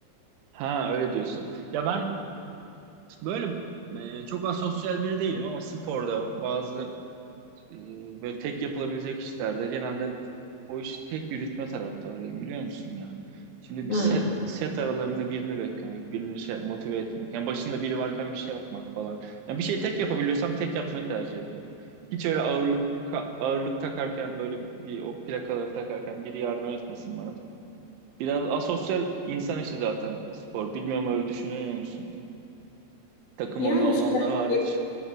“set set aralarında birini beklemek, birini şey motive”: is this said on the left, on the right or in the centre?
Right